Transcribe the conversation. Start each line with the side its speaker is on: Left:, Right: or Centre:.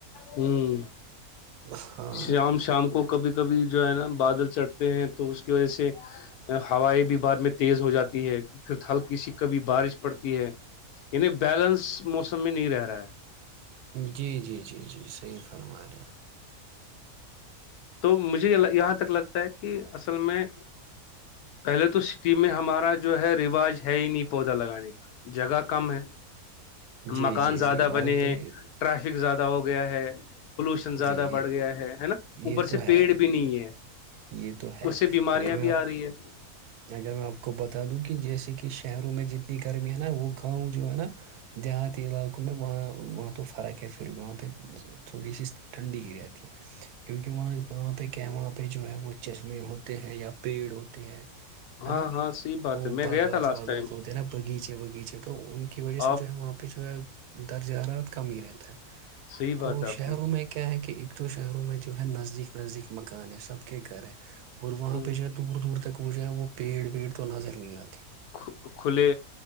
Left: ہوں
Right: ہاں
Left: شام شام کو کبھی کبھی جو ہے نا بادل چڑھتا تو اس کی وجہ سے ہوائیں بھی بعد میں تیز ہو جاتی ہے پھر ہلکسی کبھی بارش پڑتی ہے یعنی بیلنس موسم میں نہیں رہ رہا ہے
Right: جی جی جی جی صحیح فرما رہے آپ
Left: تو مجھے یہاں تک لگ کہ اصل میں پہلے تو سٹی میں ہمارا جو ہے رواج ہے ہی نہیں پودا لگانے کا جگہ کم ہے
Right: جی
Left: مکان
Right: جی
Left: زیادہ
Right: جی وہاں
Left: بنے
Right: پہ
Left: ہیں ٹریفک زیادہ ہو گیا ہے پلوشن زیادہ
Right: جی
Left: بڑ
Right: یہ
Left: گیا ہے نا
Right: یہ
Left: اوپر
Right: تو
Left: سے
Right: ہے
Left: پیڑ بھی نہیں ہے
Right: یہ تو ہے
Left: اس سے بیماریاں
Right: اگر میں آپ
Left: بھی آ رہی ہے
Right: اگر میں آپ کو بتا دوں کہ جیسے کہ شہروں میں جتنی گرمی ہے نا وہ گاؤں جو ہے نا دیہاتی علاقوں میں وہاں وہاں تو فرق ہے پھر بھی وہاں پہ تھوڑی سی ٹھنڈی ہی رہتی ہے کیوںکہ وہاں وہاں پہ کیا ہے وہاں پہ جو ہے وہ چشمے ہوتے ہیں یا پیڑ ہوتے ہیں ہے
Left: ہاں
Right: نا
Left: ہاں صحیح بات
Right: وہ
Left: ہے میں
Right: باغات
Left: گیا تھا لاسٹ
Right: واغات
Left: ٹائم
Right: ہوتے ہے نا باغیچے باغیچے تو ان کی وجہ
Left: آپ
Right: سے جو ہے وہاں پہ جو ہے درجہ رات کمی ہی رہتا ہے
Left: صحیح بات
Right: تو
Left: ہے آپ
Right: شہروں
Left: کی
Right: میں کیا ہے کہ ایک تو شہروں میں ج نزدیک نزدیک مکان ہے سب کے گھر ہے اور وہاں
Left: ہوں،
Right: پہ جو ہے دور دور تک وہ جو ہے وہ پیڑ ویڑ تو نظر نہیں آتا
Left: کھ- کھلے